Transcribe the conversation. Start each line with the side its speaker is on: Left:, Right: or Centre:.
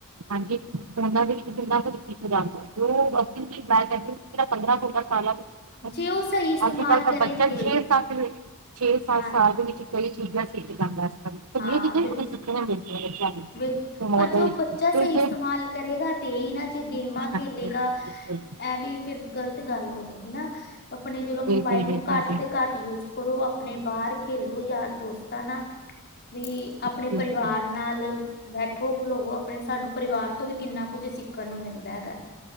Right: ਹਾਂਜੀ ਫੋਨਾ ਦੇ ਵਿੱਚ ਕਿੰਨਾ ਕੁਝ ਸਿੱਖ ਜਾਂਦਾ। ਜੋ ਬਸ ਬੈਰਾ ਪੰਦਰਾਂ ਸੋਲਾ ਸਾਲਾ ਚ ਕਿਤਾਬ
Left: ਜੇ
Right: ਸੀ ਨਾ
Left: ਉਹ ਸਹੀ ਇਸਤੇਮਾਲ
Right: ਅੱਜ-ਕੱਲ੍ਹ ਤਾਂ
Left: ਕਰੇ
Right: ਬੱਚਾ
Left: ਤੇ
Right: ਛੇ, ਸੱਤ ਵਿੱਚ ਛੇ, ਸੱਤ
Left: ਹਾਂ
Right: ਸਾਲ ਦੇ ਵਿੱਚ ਕਈ ਚੀਜ਼ਾਂ ਸਿੱਖ ਜਾਂਦਾ ਇਸ ਤਰਾ
Left: ਹਾਂ
Right: ਸੀਆਂ ਚੀਜ਼ਾਂ
Left: ਬਿਲ
Right: ਵੀ ਸਿੱਖਣ ਮਿਲਦੀਆਂ
Left: ਬਿਲਕੁਲ
Right: ਮੋਡ
Left: ਪਰ ਜੋ ਬੱਚਾ ਸਹੀ
Right: ਤੇ ਜੇ
Left: ਇਸਤੇਮਾਲ
Right: <unintelligible>
Left: ਕਰੇਗਾ ਤੇਈ ਨਾ ਜੋ ਗੇਮਾਂ
Right: ਹਾਂਜੀ
Left: ਖੇਲੇ ਗਾ
Right: ਬਿਲਕੁਲ
Left: ਇਹ ਵੀ ਫੇਰ ਗ਼ਲਤ ਗੱਲ ਹੋ ਜਾਏਗੀ ਨਾ ਆਪਣੇ ਚਲੋ
Right: ਬਿਲਕੁਲ
Left: ਮੋਬਾਇਲ
Right: ਬਿਲਕੁਲ
Left: ਨੂੰ ਘੱਟ
Right: ਜੀ
Left: ਤੇ ਘੱਟ ਯੂਸ ਕਰੋ ਆਪਣੇ ਬਾਹਰ ਖੇਲੋ ਯਾਰ ਦੋਸਤਾਂ ਨਾਲ ਬੀ ਆਪਣੇ
Right: ਹਾਂਜੀ-ਹਾਂਜੀ,
Left: ਪਰਿਵਾਰ ਨਾਲ ਬੈਠੋ, ਖਲੋਵੋ ਆਪਣੇ ਸਾਨੂੰ ਪਰਿਵਾਰ ਤੋਂ ਵੀ ਕਿੰਨਾ ਕੁੱਝ ਸਿੱਖਣ ਨੂੰ ਮਿਲਦਾ ਹੈਗੈ।